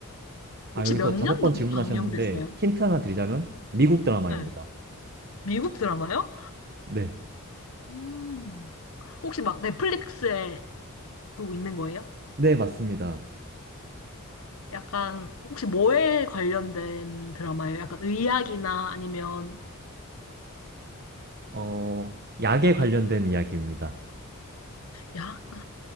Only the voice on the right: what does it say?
아,
여기서
다섯
번 질문하셨는데,
힌트 하나 드리자면, 미국 드라마입니다.
네.
네, 맞습니다.
어, 약에 관련된 이야기입니다.